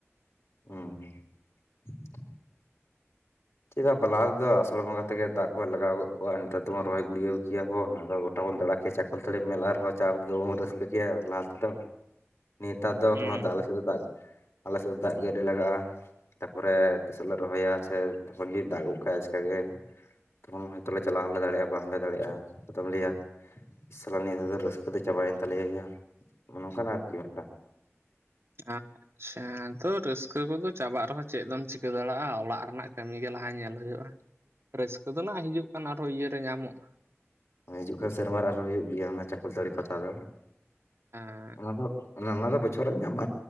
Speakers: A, on the left (about 65°); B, on the right (about 55°).
A: <unintelligible> ᱪᱮᱫᱟᱜ ᱵᱟ ᱞᱟᱦᱟ ᱛᱮᱫᱚ ᱟᱥᱟᱲ ᱵᱚᱸᱜᱟ ᱛᱮᱜᱮ ᱫᱟᱜ ᱠᱚ ᱞᱟᱜᱟᱣ ᱜᱚᱜ ᱠᱚᱣᱟ ᱱᱮᱛᱟᱨ ᱫᱚᱵᱚᱱ ᱨᱚᱦᱚᱭ ᱜᱩᱲᱭᱟᱹᱣ ᱠᱮᱜᱟ ᱵᱚᱱ ᱟᱫᱚ ᱜᱚᱴᱟ ᱵᱚᱱ ᱫᱟᱲᱟ <unintelligible> <unintelligible> ᱪᱟᱠᱚᱞᱛᱟᱲᱤ ᱢᱮᱞᱟ ᱨᱮᱦᱚᱸ ᱪᱟᱣ ᱠᱟᱛᱮ ᱫᱚ <unintelligible> ᱨᱟᱹᱥᱠᱟᱹ ᱠᱮᱭᱟ ᱞᱟᱦᱟ ᱛᱮᱫᱚ ᱱᱮᱛᱟᱨ ᱫᱚ ᱮᱠᱷᱚᱱᱳ
B: ᱦᱩᱸ
A: ᱟᱞᱮ ᱥᱮᱫ ᱫᱚ ᱫᱟᱜ ᱟᱞᱮ ᱥᱮᱜ ᱫᱚ ᱫᱟᱜ ᱜᱮ ᱟᱣᱨᱤ ᱞᱟᱜᱟᱜᱼᱟ ᱛᱟᱯᱚᱨᱮ ᱛᱤᱥᱚᱜ ᱞᱮ ᱨᱚᱦᱚᱭᱟ ᱥᱮ ᱛᱚᱠᱷᱚᱱ ᱜᱮ ᱫᱟᱜ ᱜᱚ ᱠᱟ ᱟᱭ ᱟᱪᱠᱟ ᱜᱮ ᱛᱚᱠᱷᱚᱱ ᱦᱚᱭᱛᱚ ᱞᱮ ᱪᱟᱞᱟᱣ ᱦᱚᱸᱞᱮ ᱫᱟᱲᱮᱭᱟᱜᱼᱟ ᱵᱟᱝᱞᱮ ᱫᱟᱲᱮᱭᱟᱜᱼᱟ ᱟᱫᱚᱢ ᱞᱟᱹᱭᱟ ᱥᱟᱞᱟ ᱱᱤᱭᱟᱹ ᱫᱷᱟᱹᱣ ᱫᱚ ᱨᱟᱹᱥᱠᱟᱹ ᱫᱚ ᱪᱟᱵᱟᱭᱮᱱ ᱛᱟᱞᱮᱭᱟᱭᱟ ᱱᱚᱝᱠᱟᱱᱟᱜ ᱟᱨᱠᱤ ᱢᱤᱫᱴᱟᱝ
B: <unintelligible> <unintelligible> ᱛᱚ ᱨᱟᱹᱥᱠᱟᱹ ᱠᱚᱫᱚ ᱪᱟᱵᱟᱜ ᱨᱮᱦᱚᱸ ᱪᱮᱫ ᱫᱚᱢ ᱪᱤᱠᱟᱹ ᱫᱟᱲᱮᱭᱟᱜᱼᱟ ᱚᱞᱟᱜ ᱨᱮᱱᱟᱜ ᱠᱟᱹᱢᱤ ᱜᱮ ᱞᱟᱦᱟ ᱧᱮᱞ ᱦᱩᱭᱩᱜᱼᱟ ᱨᱟᱹᱥᱠᱟᱹ ᱫᱚ ᱱᱟᱜ ᱦᱤᱡᱩᱜ ᱠᱟᱱ ᱟᱨᱦᱚᱸ ᱤᱭᱟᱹᱨᱮ ᱧᱟᱢᱚᱜᱼᱟ
A: ᱦᱤᱡᱩᱜ ᱠᱟᱱ ᱥᱮᱨᱢᱟ ᱟᱨᱦᱚᱸ ᱦᱩᱭᱩᱜ ᱜᱮᱭᱟ ᱚᱱᱟ ᱪᱟᱠᱚᱞᱛᱟᱹᱲᱤ ᱯᱟᱛᱟ ᱫᱚ
B: ᱦᱮᱸ
A: ᱚᱱᱟ ᱫᱚ ᱚᱱᱟ ᱚᱱᱟ- <unintelligible> ᱵᱚᱪᱷᱚᱨᱮᱢ ᱧᱟᱢᱟ